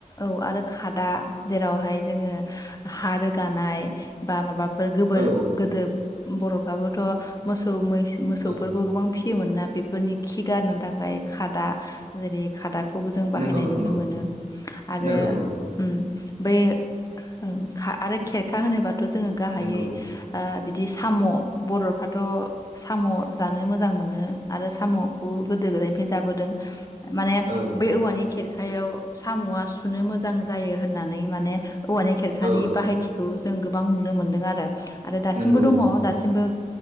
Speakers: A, on the left; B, on the right.
A: औ आरो खादा जेरावहाय जोङो हा रोगानाय बा माबाफोर गोबोर
B: औ
A: गोदो बर'फ्राबोथ' मोसौ मैस मोसौफोरखौ
B: औ
A: गोबां फि मोना बेफोरनि खि गारनो थाखाय खादा जेरै खादाख खौबो जों बाहायनाय
B: नंगौ
A: नुनो
B: नंगौ
A: मोनो आरो
B: नंगौ औ
A: उ बै उ खा आरो खेरखा होनोबाथ' जोङो गाहायै
B: नंगौ
A: ओ बिद बिदि साम' बरफ्राथ साम' जानो मोजां मोनो आरो साम'खौ गोदो उदैनिफ्रायनो जाबोदों माने
B: औ
A: बै औवानि खेर खायाव सामआ सुनो मोजां जायो होननानै माने औवानि खेरखानि
B: औ
A: बाहायथिखौ जों गोबां नुनो मोनदों आरो आरो दासिमबो
B: नंगौ
A: दङ
B: नंगौ नोंथां
A: दासिमबो